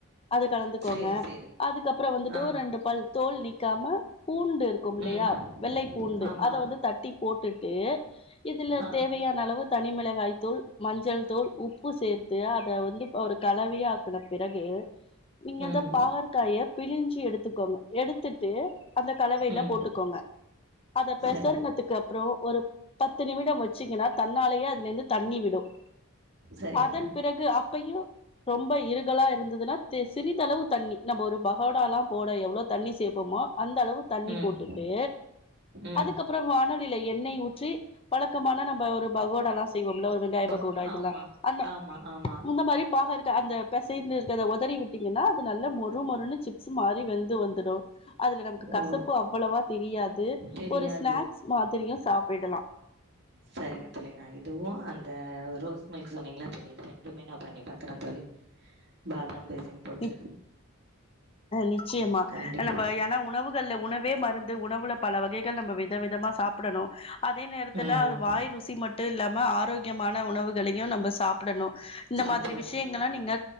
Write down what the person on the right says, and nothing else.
சேரி சேரி
ஆ
ம்
ஆமா
ஆ
ம்
ம்
சரி
சரிங்க
ம்
ம்
பகா
ஆமா
ஆமா ஆமா
ஓ
தெரியாது
சரிங்க தோழி நான் இதுவும் அந்த ரோஸ் மில்க் சொன்னீங்களா இது ரெண்டுமே நான் பண்ணி பாக்குறேன் தோழி பாதாம் வேன் போட்டு
கண்டி
ம்
சாப்பிடணு